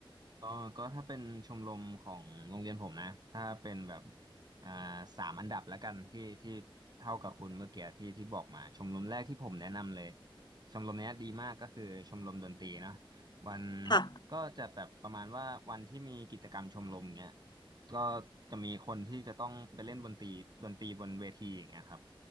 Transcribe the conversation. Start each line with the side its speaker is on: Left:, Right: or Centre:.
Right: ก็ก็ถ้าเป็นชมรมของโรงเรียนผมนะถ้าเป็นแบบอ่าสามอันดับแล้วกันที่ที่เท่ากับคุณเมื่อกี้ที่ที่บอกมาชมรมแรกที่ผมแนะนำเลยชมรมเนี้ยดีมากก็คือชมรมดนตรีเนอะวัน
Left: ค่ะ
Right: ก็จะแบบประมาณว่าวันที่มีกิจกรรมชมรมเนี้ยก็จะมีคนที่จะต้องไปเล่นดนตรีดนตรีบนเวทีอย่างเงี้ยครับ